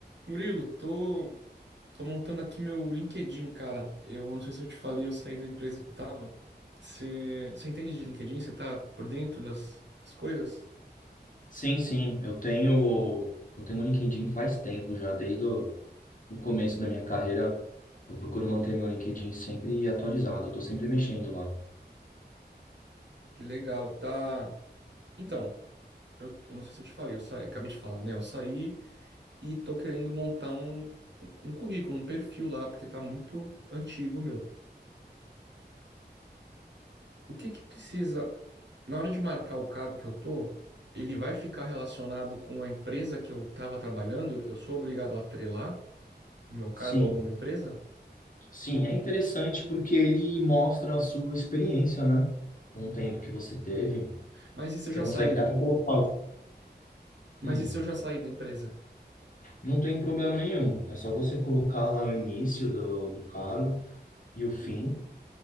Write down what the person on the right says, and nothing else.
Murilo, tô, tô montando aqui meu LinkedIn, cara. Eu não sei se eu te falei, eu saí da empresa que eu tava. Você você entende de LinkedIn? Você tá por dentro das, das coisas?
Que legal, tá? Então, eu, eu não sei se eu te falei, eu saí, acabei de falar, né? Eu saí e tô querendo montar um, um currículo, um perfil lá, porque tá muito antigo, meu. O que que precisa, na hora de marcar o cargo que eu tô, ele vai ficar relacionado com a empresa que eu tava trabalhando? Eu sou obrigado a atrelar? o meu cargo
a alguma empresa?
Mas e se
eu já
saí?
Mas
e se eu já saí da empresa?